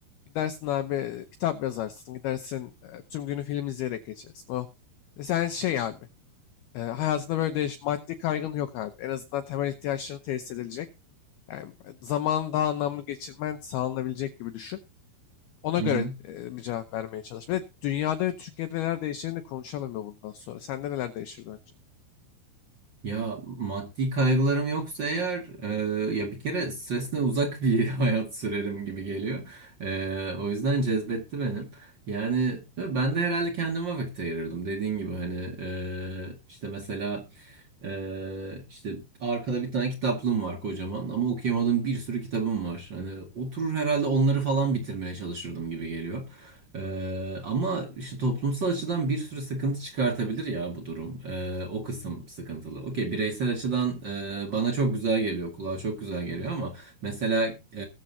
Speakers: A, on the left; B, on the right.
A: gidersin abi e, kitap yazarsın. Gidersin e, tüm günü film izleyerek geçersin. O e, sen şey abi. Ee, hayatında böyle değiş, maddi kaygın yok abi. En azından temel ihtiyaçlarını tesis edilecek. Yani zamanı daha anlamlı geçirmen sağlanabilecek gibi düşün. Ona göre
B: Hı hı.
A: e, bir cevap vermeye çalış. Bir de dünyada ve Türkiye'de neler değiştiğini de konuşalım ya bundan sonra. Sende neler değişirdi önce?
B: Ya maddi kaygılarım yoksa eğer e, ya bir kere stresle uzak bir <laughs> hayat sürerim gibi geliyor. E, o yüzden cezbetti benim. Yani e, ben de herhalde kendime vakit ayırırdım dediğin gibi hani e, işte mesela e, işte arkada bir tane kitaplığım var kocaman ama okuyamadığım bir sürü kitabım var. Hani oturur herhalde onları falan bitirmeye çalışırdım gibi geliyor. Ee, ama işte toplumsal açıdan bir sürü sıkıntı çıkartabilir ya bu durum. Ee, o kısım sıkıntılı. Okey, bireysel açıdan e, bana çok güzel geliyor, kulağa çok güzel geliyor ama mesela e,